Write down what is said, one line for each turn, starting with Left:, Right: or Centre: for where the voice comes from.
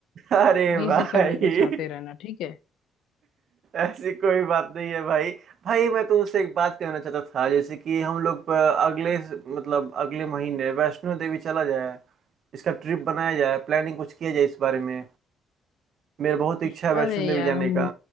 Right: अरे
Left: वहीं
Right: भाई
Left: से सब जगह चाहते रहना ठीक है
Right: ऐसी कोई बात नहीं है भाई भाई मैं तो उससे एक बात कहना चाहता था जैसे कि हम लोग अ, अगले मतलब अगले महीने वैष्णो देवी चला जाए इसका ट्रिप बनाया जाए प्लानिंग कुछ किया जाए इस बारे में मेरा बहुत इच्छा
Left: अरे
Right: है वैष्णो देवी
Left: यार
Right: जाने
Left: हम
Right: का